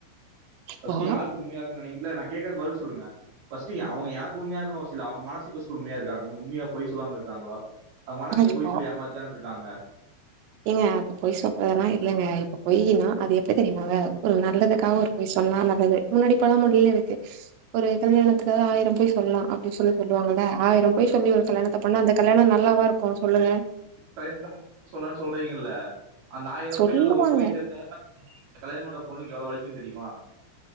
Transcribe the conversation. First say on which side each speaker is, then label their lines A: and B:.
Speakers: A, on the right (about 80°); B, on the right (about 65°).
A: இப்போ
B: ஃபஸ்டு யாருக்கு உன்மையா நைக்கல நா கேக்கறகு பதில் சொல்லுங்க அவங்க எனக்கு உண்மையா இருக்கனு அவசியோ இல்ல அவங்க மனசுக்கு ஃப்ஸ்ட்டு உண்மையா இருக்காங்க உண்மையா பொய் சொல்லாம இருக்காங்ளா அவங்க மனசையே
A: இப்போ
B: பொய் சொல்லி ஏமாத்திட்டு தான இருக்காங்க
A: ஏங்க அது பொய் சொல்றதெல்லா இல்லங்க இப்ப பொயின்னா அது எப்டி தெரியுமாங்க ஒரு நல்லதுக்காக ஒரு பொய் சொன்னா நல்லது முன்னாடி பழமொழியே இருக்கு ஒரு கல்யாணத்துக்காக ஆயிரோ பொய் சொல்லலா அப்டின்னு சொல்லி சொல்லுவாங்கள ஆயிரோ பொய் சொல்லி ஒரு கல்யாணத்த பண்ணா அந்த கல்யாணோ நல்லாவா இருக்கு சொல்லுங்க
B: <unintelligible> சொல்றானு சொல்றீங்கள்ள அந்த ஆயிரோ
A: சொல்லுவாங்க
B: பொய்ல அந்த ஒரு பொய் தெரிஞ்சன்னா <unintelligible> கல்யாண பன்ற பொண்ணுக்கு எவ்ளோ வலிக்குனு தெரியுமா